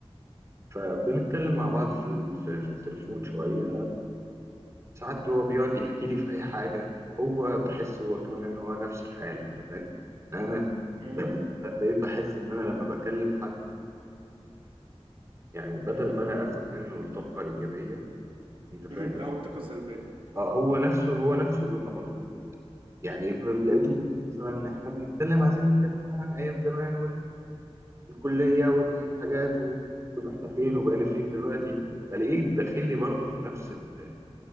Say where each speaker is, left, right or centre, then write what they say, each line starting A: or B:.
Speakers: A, on the right; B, on the right.
A: فبنتكلم مع بعض في ال- في في التليفون شوية ساعات هو بيقعد يحكي لي في أي حاجة هو بحس هو كمان إن هو نفس الحالة أنت فاهم؟ يعني أنا
B: مم.
A: بقيت بقيت بحس إن أنا لما بكلم حد يعني بدل ما أنا آخد منه الطاقة الإيجابية أنت فاهم؟
B: <laughs> تاخد طاقة سلبية
A: آه هو نفسه هو نفسه بيبقى مضغوط يعني ب- لقيته مثلا احنا بنتكلم عايزين نتكلم بقى عن ايام زمان والكليه والحاجات وشوف احنا فين وبقينا فين دلوقتي بلاقيه داخل لي برضه في نفس ال...